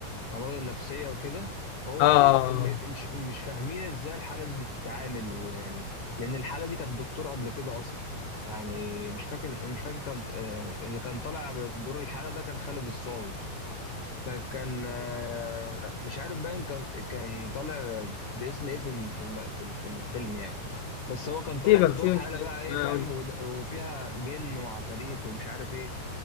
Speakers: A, on the left (about 50°); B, on the left (about 80°).
A: الأمراض النفسية وكده هو
B: اه آه.
A: إيه م- مش مش فاهمين إزاي الحالة دي بتتعامل ويعني لأن الحالة دي كانت دكتور قبل كده أصلا يعني مش فاكر مش فاكر كان آه، اللي كان طالع بس دور الحالة ده كان خالد الصاوي فكان آه، مش عارف باين كان كان طالع باسم ايه في الم- في الم- في ال- في الفيلم يعني بس هو كان طالع
B: سيبك
A: بدور
B: سيبك
A: حاله بقى ايه
B: ما
A: فاهم
B: اقول
A: ود- وفيها جن وعفاريت ومش عارف ايه